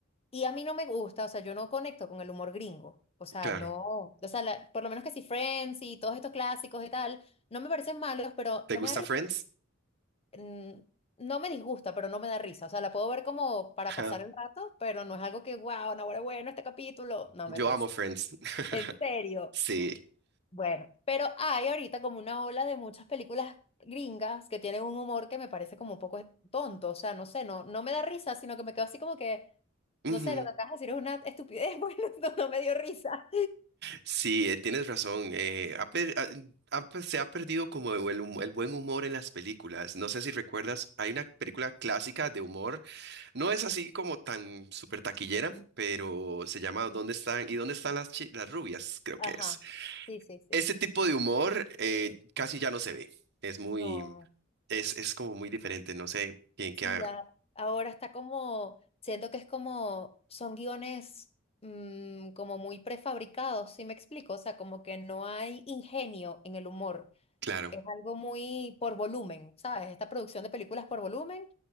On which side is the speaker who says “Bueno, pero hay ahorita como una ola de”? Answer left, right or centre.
Left